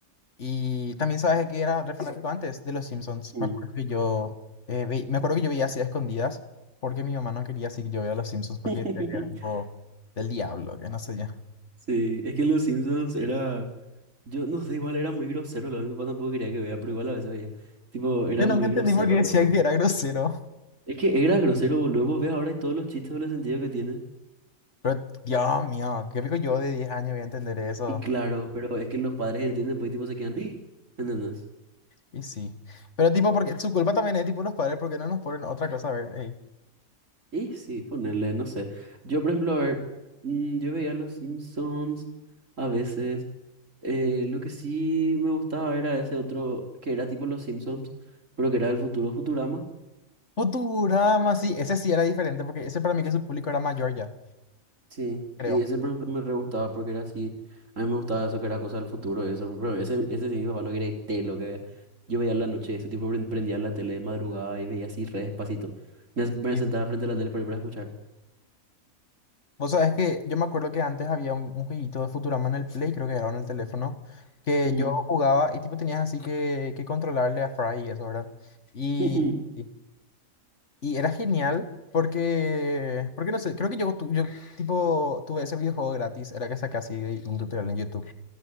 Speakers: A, on the left; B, on the right.
A: Y también sabes de que era re fanático antes de los Simpsons.
B: mm.
A: Me acuerdo que yo, eh, ve- me acuerdo que yo veía así a escondidas porque mi mamá no quería así que yo vea los Simpsons porque
B: <laughs>
A: decía que era tipo del diablo, que no sé yo.
B: Sí, es que Los Simpsons era, yo no sé, igual era muy grosero, lo mi papá tampoco quería que vea, pero igual a veces veía. Tipo, era
A: Yo nunca
B: muy
A: entendí
B: grosero,
A: por qué decían
B: lo.
A: que era grosero.
B: Es que era grosero, boludo, vos ves ahora y todos los chistes, con el sentido que tiene.
A: Pero Dios mío, qué pico yo de 10 años voy a entender eso.
B: Y claro, pero es que los padres entienden, pues y tipo se quedan, <gasps> ¿entendés?
A: Y sí. Pero tipo, porque su culpa también es tipo los padres porque no nos ponen otra cosa a ver.
B: Y sí, ponerle, no sé. Yo, por ejemplo, a ver, mm, yo veía Los Simpsons a veces. Eh, lo que sí me gustaba era ese otro, que era tipo Los Simpsons, pero que era del futuro Futurama.
A: Futurama, sí, ese sí era diferente porque ese para mí que su público era mayor ya,
B: Sí,
A: creo.
B: y ese, por ejemplo, me re gustaba porque era así. A mí me gustaba eso, que era cosa del futuro y eso. Pero ese, ese sí, mi papá no quería ir té lo que vea. Yo veía en la noche, ese tipo pre- prendía la tele de madrugada y veía así re despacito. Me, me
A: Sí.
B: sentaba frente a la tele para, para escuchar.
A: Vos sabés que yo me acuerdo que antes había un, un jueguito de Futurama en el Play, creo que era o en el teléfono, que
B: Mm.
A: yo jugaba y tipo tenías así que, que controlarle a Fry y eso, ¿verdad? Y,
B: <laughs>
A: y, y era genial porque, porque no sé, creo que yo, tu- yo tipo tuve ese videojuego gratis, era que saqué así de un tutorial en YouTube,